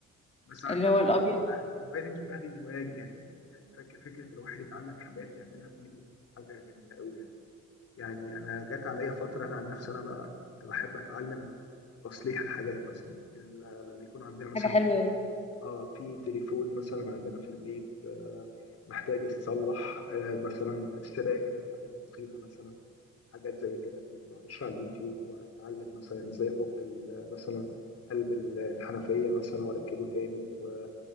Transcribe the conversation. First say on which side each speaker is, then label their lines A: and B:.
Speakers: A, on the left; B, on the left.
A: بس عارفه
B: اللي هو
A: ال-
B: الأبيض
A: الهوايه اللي انت بتقولها دي هوايه يعني يعني فك- فكره الواحد يتعلم حاجات يعملها بايده دي حاجه جميله قوي يعني يعني انا جات عليا فتره انا عن نفسي انا بقى كنت بحب اتعلم تصليح الحاجات مثلا ال- لما يكون عندنا مثلا
B: حاجة حلوة أوي.
A: اه في تليفون مثلا عندنا في البيت آه محتاج يتصلح آه مثلا السباكه حاجات بسيطه مثلا حاجات زي كده كنت بخش على اليوتيوب واتعلم مثلا ازاي افك ال- مثلا قلب الحنفيه مثلا واركبه تاني و-